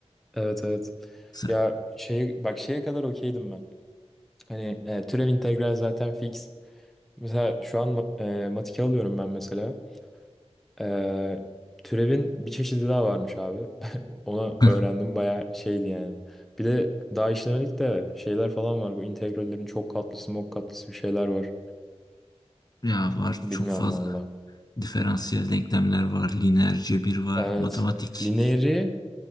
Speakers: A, in the centre; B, on the left.
A: Evet evet.
B: Sen-
A: Ya şey bak şeye kadar okeydim ben. Hani e, türev integral zaten fix. Mesela şu an ma- e, matike alıyorum ben mesela. E, türevin bir çeşidi daha varmış abi. <laughs> Onu
B: <laughs>
A: öğrendim bayağı şeydi yani. Bir de daha işlemedik de şeyler falan var. Bu integrallerin çok katlısı, mok katlısı bir şeyler var.
B: ya var
A: Bilmiyorum
B: çok fazla.
A: valla.
B: Diferansiyel denklemler var, lineer cebir var,
A: Evet.
B: matematik.
A: Lineeri